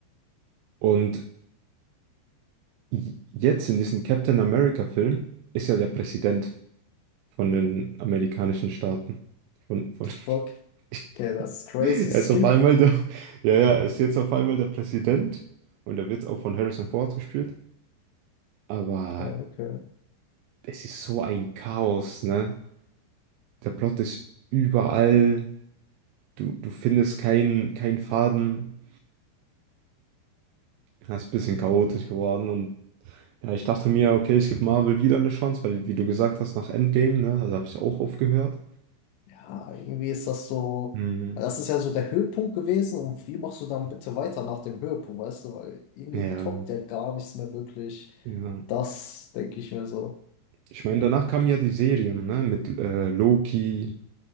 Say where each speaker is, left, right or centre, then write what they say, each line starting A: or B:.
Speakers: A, on the right (about 80°); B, on the left (about 80°).
A: Und j- jetzt in diesem Captain America-Film ist ja der Präsident von den amerikanischen Staaten. Von, von
B: fuck?
A: <laughs>
B: Okay, das ist crazy
A: Er
B: Skip.
A: ist auf einmal der, <laughs> ja, ja, er ist jetzt auf einmal der Präsident und er wird auch von Harrison Ford gespielt. Aber
B: Okay, okay.
A: es ist so ein Chaos, ne? Der Plot ist überall, du, du findest keinen keinen Faden. Das ist ein bisschen chaotisch geworden und ja, ich dachte mir, okay, ich gebe Marvel wieder eine Chance, weil, wie du gesagt hast, nach Endgame, ne? Also habe ich auch aufgehört.
B: Ja, irgendwie ist das so.
A: Mhm.
B: Das ist ja so der Höhepunkt gewesen und wie machst du dann bitte weiter nach dem Höhepunkt, weißt du? Weil irgendwie
A: Ja,
B: toppt ja gar nichts mehr wirklich.
A: ja.
B: Das denke ich mir so.
A: Ich meine, danach kamen ja die Serien, ne? Mit äh, Loki.